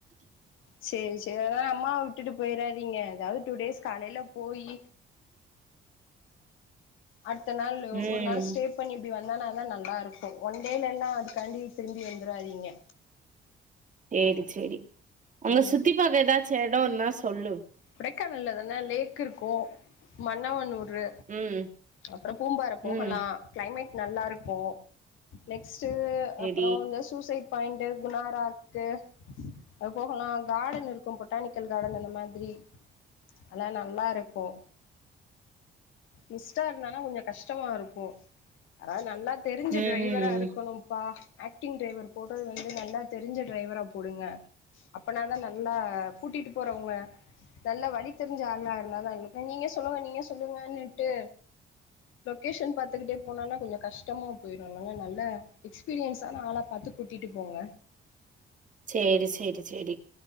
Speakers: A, on the left; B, on the right.
A: சேரி சேரி அதா அம்மாவ விட்டுட்டு போயிறாதீங்க அதாவது டூ டேஸ் காலைல போயி அடுத்த நாள்ளு
B: ம்
A: ஒரு நாள் ஸ்டேப் து பண்ணி இப்டி வந்தா தான் நல்லாருக்கும் ஒன் டேல எல்லாம் அதுக்காண்டி திரும்பி வந்துறாதீங்க
B: சேரி சேரி அங்க
A: ம்
B: சுத்தி பாக்க எதாச்சு எடம் ருந்தா சொல்லு
A: கொடைக்கானல்ல அதெல்லா லேக் ருக்கும் மன்னவனூரு
B: ம்
A: அப்பறோ பூம்பாற போகலா
B: ம்
A: கிளைமேட் நல்லாருக்கும் நெக்ஸ்ட்டு
B: ம்
A: அப்றோ நெஸ் ட் சூசைட் பாயிண்ட்டு குணா ராக்கு அது போகலா கார்டன் ருக்கு பொட்டானிக்கல் கார்டன் அந்த மாதிரி அல்லாம் நல்லாருக்கும் மிஸ்ட்டா ருந்தானா கொஞ்சோ கஷ்டமாருக்கும் யாராவது நல்லா தெரிஞ்ச
B: ம்
A: டிரைவராருக்கணும்ப்பா ஆக்டிங் டிரைவர் போடுறது வந்து நல்லா தெரிஞ்ச டிரைவரா போடுங்க அப்பனாதா நல்லா கூட்டிட்டு போறவங்க நல்ல வழி தெரிஞ்ச ஆளுகளா இருந்தா தா இல்ல நீங்க சொல்லுங்க நீங்க சொல்லுங்கன்னுட்டு லொகேஷன் பாத்துக்கிட்டே போனோன்னா கொஞ்சோ கஷ்டமா போயிரு ல்லங்க நல்ல எக்ஸ் பீரியன்சான ஆள பாத்து கூட்டிட்டு போங்க
B: சேரி சேரி சேரி